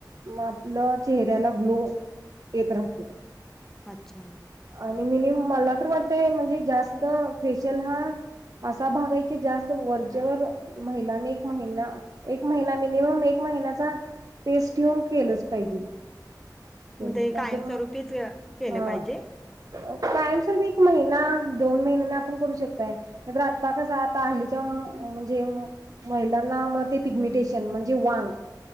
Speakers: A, on the right; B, in the centre.
A: आपलं चेहऱ्याला ग्लो येत राहतो.
B: अच्छा.
A: आणि मीनी मला तर वाटतंय, म्हणजे जास्त फेशियल हा असा भाग आहे की, जास्त वरचेेवर महिलांनी महिना एक महिला मिनिमम एक महिन्याचा पेस्टीवल केलंच पाहिजे. ते
B: मग
A: नाही
B: कायमस्वरूपीच
A: तर मग
B: अ, केलं
A: हं
B: पाहिजे?
A: कायम स्वरुपी एक महिना, दोन महिन्याने, आपण करू शकताय. नाही तर आत्ता कसं आता हल्लीच्या म्हणजे महिलांना मग ते पिगमिटेशन, म्हणजे वांग